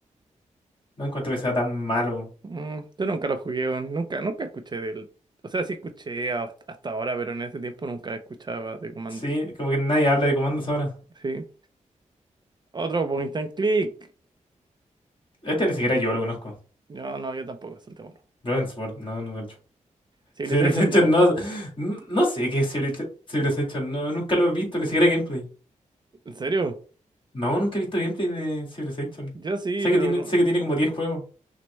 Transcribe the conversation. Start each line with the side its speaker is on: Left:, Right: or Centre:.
Left: no encuentro que sea tan malo.
Right: Mm, yo nunca lo jugué, weón. Nunca, nunca escuché del. O sea, sí escuché hasta hasta ahora, pero en ese tiempo nunca escuchaba de comandos.
Left: Sí, como que nadie habla de Comandos ahora.
Right: Sí. Otro point and click.
Left: Este ni siquiera yo lo conozco.
Right: No, no, yo tampoco, saltémoslo.
Left: Brokensport, no, no lo he <laughs> hecho.
Right: Civilization
Left: Civilization
Right: dos.
Left: no, no, no sé qué es Civiliz- Civilization, no, nunca lo he visto, ni siquiera gameplay.
Right: ¿En serio?
Left: No, nunca he visto gameplay de Civilization.
Right: Yo sí,
Left: Sé
Right: pero
Left: que tiene,
Right: no.
Left: sé
Right: mm,
Left: que tiene como 10 juegos.